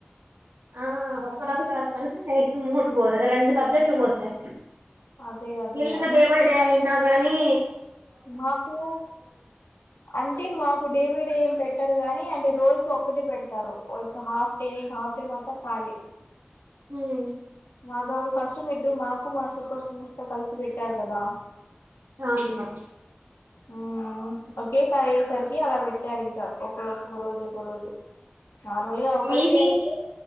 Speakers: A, on the right; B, on the left.
A: ఆ ఒక్క రోజు <unintelligible> డు బోతాయ్ రెండు సబ్జెక్ట్లు పోతాయ్
B: అదే అదే
A: వీళ్ళ లెక్క డే బై డే అయున్నా గా కానీ
B: మాకు అంటే మాక్ కు డే బై డే ఏం పెట్టారుగాని అంటే రోజుకి ఒక్కటే పెడతారు. ఓ ఒక్క హాఫ్ డే నే ఇంక హాఫ్ డ మొత్తం ఖాళీ.
A: హ్మ్
B: మాకప్పుడు ఫస్ట్ మిడ్డు మాకు మా సూపర్ సీనియర్స్ తో కలిసి పెట్ టారు కదా
A: హా <unintelligible>
B: ఊమ్ ఒకేసారి అయ్యేసరికి అలా పెట్టారు ఇంకా ఒక ఒక్కొక్క రోజు ఒక రోజు. నార్మల్ గా ఒకళ్ళకే
A: మీ సీన్
B: అయితే